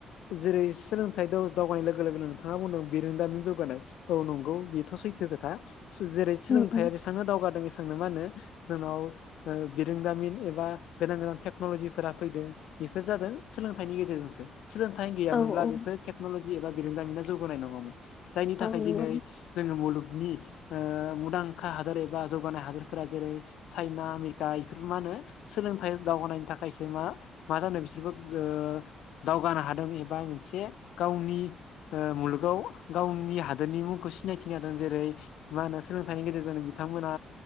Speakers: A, on the left; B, on the left.
A: जेरै सोलोंथाइ दावगानाय लोगो लोगोनो नोंथाङा बुंदों बिरोंदामिन जौगानाय औ नंगौ बेथ सैथो खोथा जेरै सोलोंथाइया
B: उम उम
A: जेसेबांनो दावगादों एसबांनो मा होनो जोंनाव ओ बिरोंदामिन एबा गोदान गोदान टेक्नलजिफोरा फैदों बेफोर जादों सोलोंथाइनि गेजेरजोंसो सोलोंथाइ गैयामोनब्ला
B: औ औ
A: बेफोर टेक्नलजि एबा बिरोंदामिना जौगानाय नङामोन जायनि थाखाय
B: औ नंगौ
A: दिनै जोङो मुलुग नि ओ मुंदांखा हादोर एबा जौगानाय हादोरफोरा जेरै चाइना आमेरिका इफोरखौ मा होनो सोलोंथाइ दावगानायनि थाखायसो मा मा जानो बिसोरबो ओ दावगानो हादों एबा मोनसे गावनि ओ मुलुगाव गावनि हादोरनि मुंखौ सिनायथिनो हादों जेरै मा होनो सोलोंथाइनि गेजेरजों बिथांमोन बिथांमोना